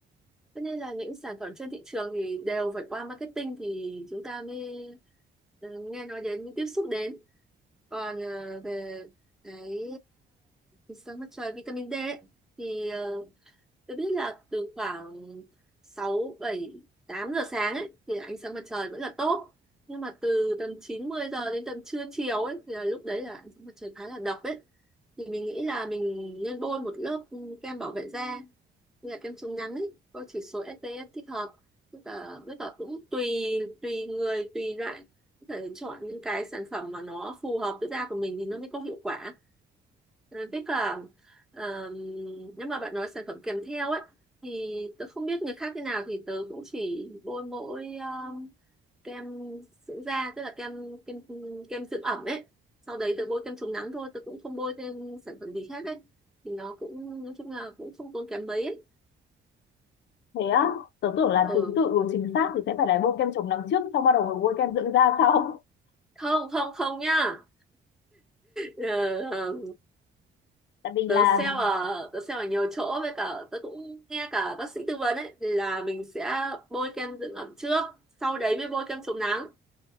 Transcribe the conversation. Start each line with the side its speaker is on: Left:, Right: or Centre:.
Centre: Tất nhiên là những sản phẩm trên thị trường thì đều phải qua marketing thì chúng ta mới ờ, nghe nói đến, mới tiếp xúc đến. Còn ờ, về cái uh, sáng mặt trời vitamin D ấy, thì ờ, tôi biết là từ khoảng sáu, bảy, tám giờ sáng ấy thì ánh sáng mặt trời vẫn là tốt. Nhưng mà từ tầm chín, mười giờ đến tầm trưa chiều ấy thì là lúc đấy là ánh sáng mặt trời khá là độc ấy. Thì mình nghĩ là mình nên bôi một lớp kem bảo vệ da như là kem chống nắng ấy có chỉ số SPF thích hợp tức là tức là cũng tùy tùy người tùy loại có thể chọn những cái sản phẩm mà nó phù hợp với da của mình thì nó mới có hiệu quả à, với cả ờm, nếu mà bạn nói sản phẩm kèm theo ấy thì tớ không biết người khác thế nào thì tớ cũng chỉ bôi mỗi ờm, kem dưỡng da tức là kem kem kem dưỡng ẩm ấy sau đấy tớ bôi kem chống nắng thôi tớ cũng không bôi thêm sản phẩm gì khác ấy thì nó cũng nói chung là cũng không tốn kém mấy ấy.
Left: thế á tớ tưởng là
Centre: Ừ,
Left: thứ tự của chính xác thì sẽ phải là bôi kem chống nắng trước xong bắt đầu mới bôi kem dưỡng da sau
Centre: không không không nhá Ờ, ờ,
Left: tại vì
Centre: tớ
Left: là
Centre: sale ở tớ sale ở nhiều chỗ với cả tớ cũng nghe cả bác sĩ tư vấn ấy thì là mình sẽ bôi kem dưỡng ẩm trước sau đấy mới bôi kem chống nắng